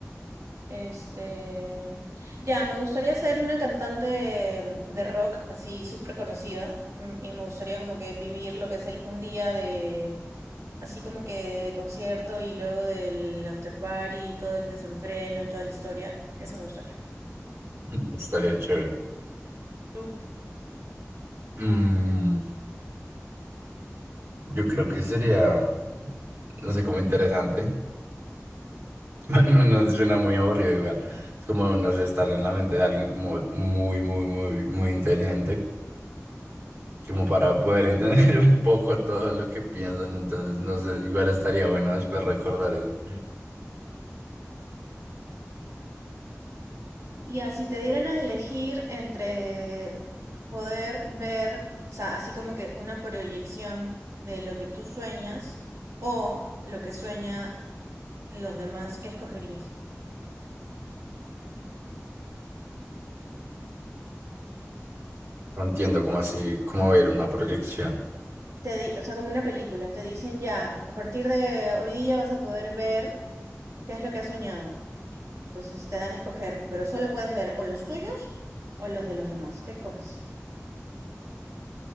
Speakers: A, on the right (about 75°); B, on the right (about 50°).
A: Este, ya, me gustaría ser una cantante mm, de rock así súper conocida mm, y me gustaría como que vivir lo que es el, un día de, así como que de concierto y luego del after party y todo el desenfreno y toda la historia. Eso me gustaría.
B: <laughs> Estaría chévere.
A: ¿Tú?
B: Mm, Yo creo que sería, no sé, como interesante. <laughs> Bueno, no suena muy aburrido igual. Es como, no sé, estar en la mente de alguien como muy, muy, muy, muy inteligente, como para poder entender <laughs> un poco todo lo que piensan. Entonces, no sé, igual estaría bueno después recordar eso.
A: Y así te dieran a elegir entre poder ver, o sea, así como que una proyección de lo que tú sueñas o lo que sueña los demás, ¿qué escogerías?
B: No entiendo cómo así, cómo ver una proyección.
A: te di- o sea, como una película, te dicen ya, a partir de hoy día vas a poder ver qué es lo que has soñado. Entonces te dan a escoger, pero solo puedes ver o los tuyos o los de los demás. ¿Qué escoges?